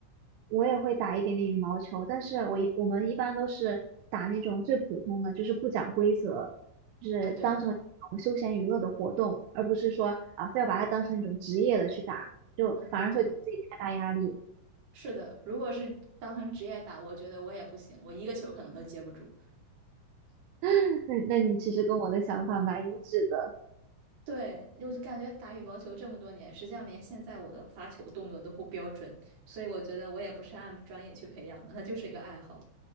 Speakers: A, on the right; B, on the right.
A: 我也会打一点点羽毛球，但是我一我们一般都是打那种最普通的，就是不讲规则，就是当成一种休闲娱乐的活动，
B: 啊，对，
A: 而不是说啊非要把它当成一种职业的去打，就反而会给自己太大压力。
B: 啊，对。是的，如果是当成职业打，我觉得我也不行，我一个球可能都接不住。
A: <laughs> 那那你其实跟我的想法蛮一致的，
B: 对，我就感觉打羽毛球这么多年，实际上连现在我的发球动作都不标准，所以我觉得我也不是按专业去培养的，它就是一个爱好。